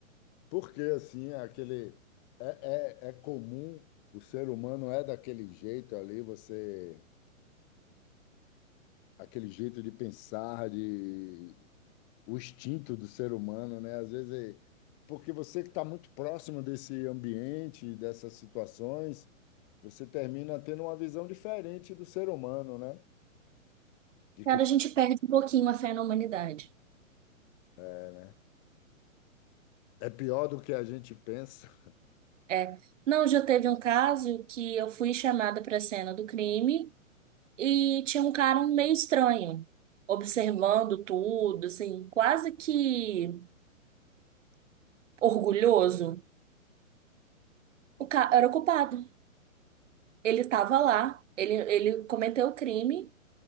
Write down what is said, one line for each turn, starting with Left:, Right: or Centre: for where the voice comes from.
Left: Porque assim, é aquele é, é, é comum, o ser humano é daquele jeito ali, você aquele jeito de pensar, de o instinto do ser humano, né? Às vezes, é- porque você que está muito próximo desse ambiente, dessas situações, você termina tendo uma visão diferente do ser humano, né? De
Right: cara,
Left: que
Right: a gente perde um pouquinho a fé na humanidade.
Left: é, né? É pior do que a gente pensa. <laughs>
Right: É. Não, já teve um caso que eu fui chamada para a cena do crime e tinha um cara meio estranho, observando tudo, assim, quase que orgulhoso. O cara era o culpado. Ele estava lá, ele, ele cometeu o crime,